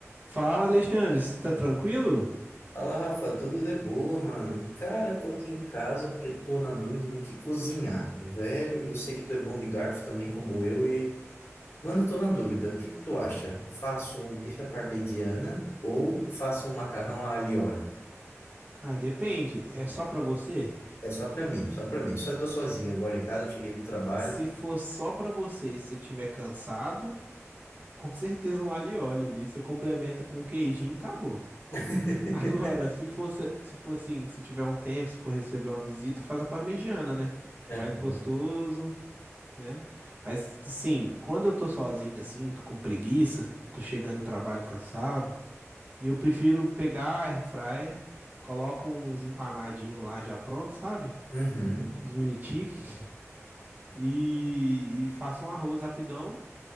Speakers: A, on the right; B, on the left.
A: Fala, Alexandre, você tá tranquilo?
B: Fala, Rafa, tudo de boa, mano? Cara, tô aqui em casa porque tô na dúvida do que cozinhar, velho, e eu sei que tu é bom de garfo também como eu e, mano, tô na dúvida. O que que tu acha? Faço um bife à parmegiana ou faço um macarrão a alho e óleo?
A: Ah, depende, é só pra você?
B: É só pra mim, só pra mim. Só tô sozinho agora em casa, eu cheguei do trabalho.
A: Se for só pra você e você tiver cansado, com certeza um alho e óleo ali, você complementa com um queijinho e acabou.
B: <laughs>
A: <laughs> Agora, se fosse, se for assim, se tiver um tempo, se for receber uma visita, faz uma parmegiana, né? Que
B: Aham.
A: é mais gostoso, né? Mas, sim, quando eu tô sozinho assim, tô com preguiça, tô chegando do trabalho cansado, eu prefiro pegar a air fryer, coloco uns empanadinhos lá já pronto, sabe?
B: Uhum.
A: os mini tique <laughs> e, e faça um arroz rapidão